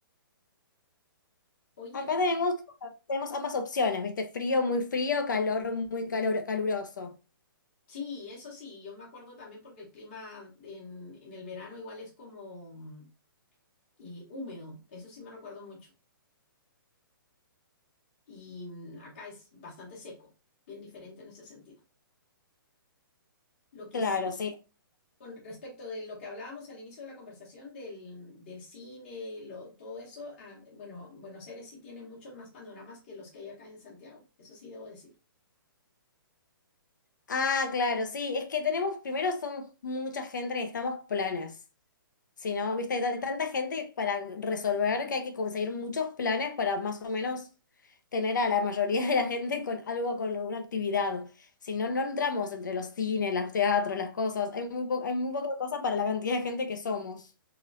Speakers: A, on the left; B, on the left.
A: Oye,
B: Acá tenemos, tenemos ambas opciones, ¿viste? Frío, muy frío, calor, muy calor, caluroso.
A: Sí, eso sí, yo me acuerdo también porque el clima en, en el verano igual es como mm, eh, húmedo, eso sí me recuerdo mucho. Y mm, acá es bastante seco, bien diferente en ese sentido. Lo que
B: Claro,
A: sí,
B: sí.
A: con respecto de lo que hablábamos al inicio de la conversación del, del cine, lo, todo eso, ah, bueno, Buenos Aires sí tiene muchos más panoramas que los que hay acá en Santiago, eso sí debo decir.
B: Ah, claro, sí, es que tenemos, primero somos mucha gente, necesitamos planes. Si no, viste, hay ta- tanta gente para resolver que hay que conseguir muchos planes para más o menos tener a la mayoría de la gente con algo, con alguna actividad. Si no, no entramos entre los cines, los teatros, las cosas. Hay muy po- hay muy poca cosa para la cantidad de gente que somos.